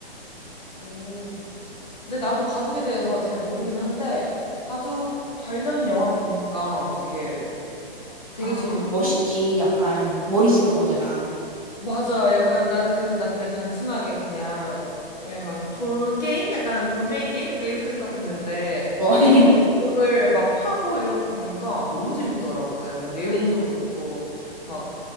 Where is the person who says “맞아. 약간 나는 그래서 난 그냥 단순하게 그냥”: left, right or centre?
Left